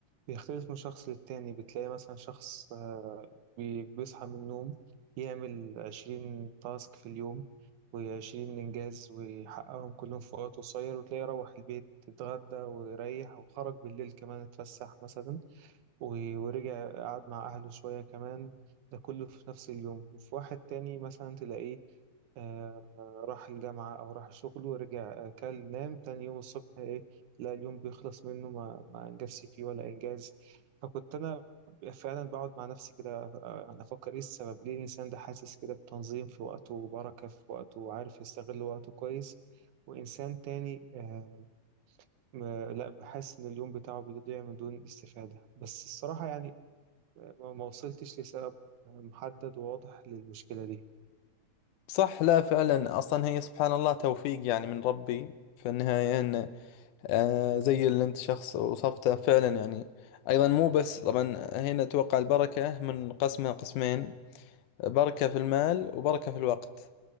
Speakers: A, on the right; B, on the left.
A: بيختلف من شخص للتاني بتلاقي مثلا شخص آه بي- بيصحى من النوم يعمل عشرين تاسك في اليوم وعشرين إنجاز ويحققهم كلهم في وقت قصير وتلاقيه يروح البيت اتغدى ويريح وخرج بالليل كمان اتفسح مثلا و- ورجع قعد مع أهله شوية كمان ده كله في نفس اليوم وفي واحد تاني مثلا تلاقيه آه راح الجامعة أو راح شغله ورجع آه، كل نام تاني يوم الصبح إيه لا اليوم بيخلص منه ما, ما أنجزش فيه ولا إنجاز فكنت أنا فعلا بقعد مع نفسي كده آه، يعني أفكر إيه السبب ليه الإنسان ده حاسس كده بتنظيم في وقته وبركة في وقته وعارف يستغل وقته كويس وإنسان تاني آه، م- لا بحس إن اليوم بتاعه بيضيع من دون استفادة بس الصراحة يعني ما ما وصلتش لسبب محدد وواضح للمشكلة دي
B: صح لا فعلا أصلا هي سبحان الله توفيق يعني من ربي في النهاية إنه آه زي اللي انت شخص وصفته فعلا يعني ايضا مو بس طبعا هنا توقع البركة من قسمها قسمين بركة في المال وبركة في الوقت